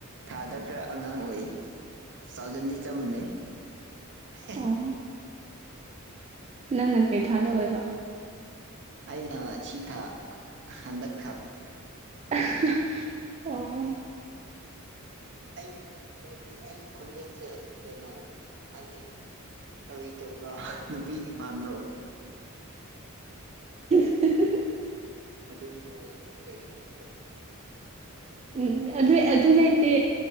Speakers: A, on the right; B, on the right.
A: ꯊꯥꯗ ꯈꯔ ꯑꯉꯥꯡ ꯑꯣꯏꯌꯦ ꯇꯨꯊꯥꯎꯖꯟꯗꯤ ꯆꯞ ꯃꯥꯟꯅꯩ <unintelligible>
B: ꯑꯣ ꯅꯪꯅ ꯀꯩ ꯊꯥꯗ ꯑꯣꯏꯕ
A: ꯑꯩꯅ ꯁꯤꯊꯥ ꯍꯟꯗꯛ ꯊꯥ
B: <unintelligible> ꯑꯣ
A: ꯑꯩ ꯀꯩꯒꯤ ꯑꯩ ꯈꯣꯟꯖꯦꯜꯁꯦ ꯀꯩꯅꯣ ꯍꯥꯏꯗꯤ ꯀꯔꯤ ꯇꯧꯕ꯭ꯔꯥ ꯅꯨꯄꯤꯒꯤ ꯃꯥꯟꯕ꯭ꯔꯣ
B: <unintelligible>
A: ꯑꯗꯨꯝ ꯅꯣꯛꯏ ꯀꯩꯩꯅꯣ ꯀꯥ
B: ꯎꯝ ꯑꯗꯨ ꯑꯗꯨ ꯂꯩꯇꯦ